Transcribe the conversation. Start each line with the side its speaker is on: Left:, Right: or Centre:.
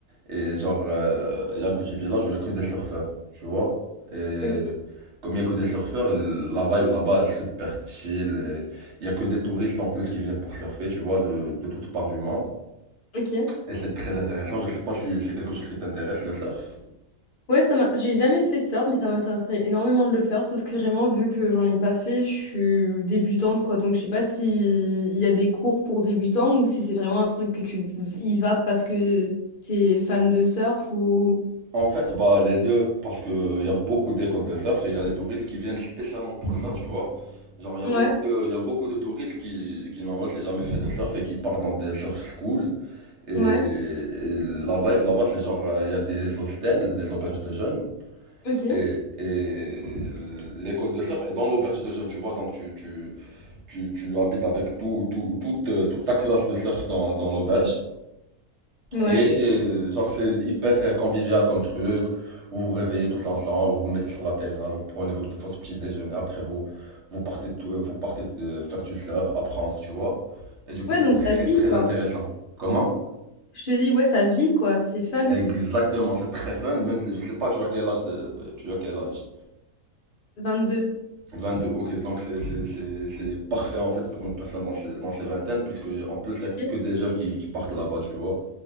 Right: Et genre, euh, il y a un petit village où il y a que des surfeurs, tu vois. Et
Left: Ok.
Right: comme il y a que des surfeurs, la vibe là-bas est super chill. et Il y a que des touristes en plus qui viennent pour surfer, tu vois, de, de toutes parts du monde.
Left: Ok.
Right: Et c'est très intéressant. Je ne sais pas si c'est quelque chose qui t'intéresse, le surf.
Left: Ouais, ça m'a... j'ai jamais fait de surf, mais ça m'intéresserait énormément de le faire. Sauf que vraiment, vu que j'en ai pas fait, je suis débutante, quoi. Donc, je sais pas si il y a des cours pour débutants ou si c'est vraiment un truc que tu y vas parce que t'es fan de surf ou.
Right: En fait, bah, les deux, parce que euh, il y a beaucoup d'écoles de surf et il y a les touristes qui viennent spécialement pour ça, tu vois. Genre, il y a
Left: Ouais,
Right: beaucoup de, il y a beaucoup de touristes qui, qui n'ont aussi jamais fait de surf et qui partent dans des surf schools. Et, et
Left: ouais,
Right: la vibe là-bas, c'est genre, euh, il y a des hostels, des auberges de jeunes.
Left: ok,
Right: Et, et l'école de surf est dans l'auberge de jeunes, tu vois. Donc, tu, tu, tu, tu habites avec tout, tout, toute, euh, toute ta classe de surf dans, dans l'auberge.
Left: ouais.
Right: Et euh, genre, c'est hyper convivial comme truc. Vous vous réveillez tous ensemble, vous vous mettez sur la terrasse, vous prenez votre, votre petit déjeuner. Après, vous, vous partez, tout- euh, vous partez euh, faire du surf, apprendre, tu vois. Et du coup,
Left: Ouais,
Right: c'est
Left: donc
Right: très,
Left: ça vit,
Right: très
Left: quoi.
Right: intéressant. Comment?
Left: Je te dis, ouais, ça vit, quoi. C'est fun.
Right: Exactement, c'est très fun, même si- je sais pas, tu as quel âge, de- euh, tu as quel âge?
Left: 22.
Right: 22, ok, donc c'est c'est- c'est- c'est parfait en fait pour une personne dans ses, dans ses vingtaines, puisque en plus il y a
Left: Ok.
Right: que des jeunes qui, qui partent là-bas, tu vois.